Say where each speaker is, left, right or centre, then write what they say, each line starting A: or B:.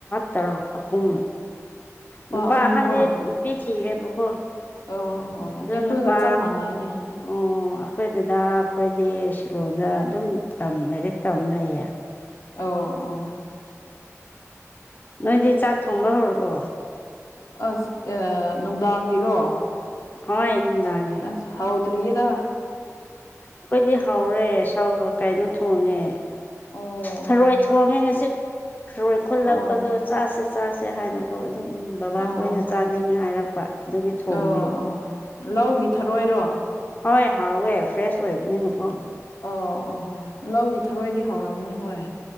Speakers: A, on the left; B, on the left.
A: ꯇꯔꯨꯛ ꯑꯍꯨꯝ ꯅꯨꯄꯥ
B: ꯑꯍꯨꯝ
A: ꯑꯍꯥꯟꯗꯤ
B: ꯀꯣ ꯑꯣ
A: ꯄꯤ ꯊꯤꯔꯦꯕꯀꯣ
B: ꯑꯣ ꯍꯣ
A: ꯑꯗꯣ
B: ꯑꯩꯈꯣꯏꯒ
A: ꯅꯨꯄꯥ
B: ꯆꯞ ꯃꯥꯟꯅꯩꯅꯦ
A: ꯑꯣ ꯑꯩꯈꯣꯏ ꯗꯥꯗ ꯈꯣꯏꯗꯤ ꯁꯤꯂꯣꯡꯗ ꯑꯗꯨꯝ ꯇꯝ ꯂꯥꯏꯔꯤꯛ ꯇꯝ ꯂꯩꯌꯦ
B: ꯑꯣ ꯑꯣ
A: ꯅꯣꯏꯗꯤ ꯆꯥꯛ ꯊꯣꯡꯕ ꯍꯧꯔꯕꯣ
B: ꯑꯁ ꯑꯥ ꯅꯨꯡꯗꯥꯡꯒꯤꯔꯣ
A: ꯍꯣꯏ ꯅꯨꯡꯗꯥꯡ
B: ꯑꯁ ꯍꯥꯎꯗ꯭ꯔꯤꯌꯦꯗ
A: ꯑꯩꯈꯣꯏꯗꯤ ꯍꯧꯔꯦ ꯁꯧ ꯀꯩꯅꯣ ꯊꯣꯡꯉꯦ
B: ꯑꯣ
A: ꯊꯔꯣꯏ
B: ꯑꯣ
A: ꯊꯣꯡꯉꯦ ꯉꯁꯤ ꯊꯔꯣꯏ ꯈꯨꯠꯂꯛꯄꯗꯣ
B: ꯑꯣ
A: ꯆꯥꯁꯦ ꯆꯥꯁꯦ ꯍꯥꯏꯅ ꯍꯣ ꯑꯗꯨꯝ ꯕꯕꯥ
B: ꯑꯣ
A: ꯈꯣꯏꯅ ꯆꯥꯅꯤꯡꯉꯦ ꯍꯥꯏꯔꯛꯄ ꯑꯗꯨꯒꯤ ꯊꯣꯡꯕꯤꯕ
B: ꯑꯣ ꯑꯣ ꯂꯧꯒꯤ ꯊꯔꯣꯏꯔꯣ
A: ꯍꯣꯏ ꯍꯥꯎꯋꯦ ꯐ꯭ꯔꯦꯁ ꯑꯣꯏꯕꯅꯤꯅ ꯀꯣ
B: ꯑꯣ ꯑꯣ ꯂꯧꯒꯤ ꯊꯔꯣꯏꯗꯤ ꯍꯧꯔꯝꯒꯅꯤ ꯍꯣꯏ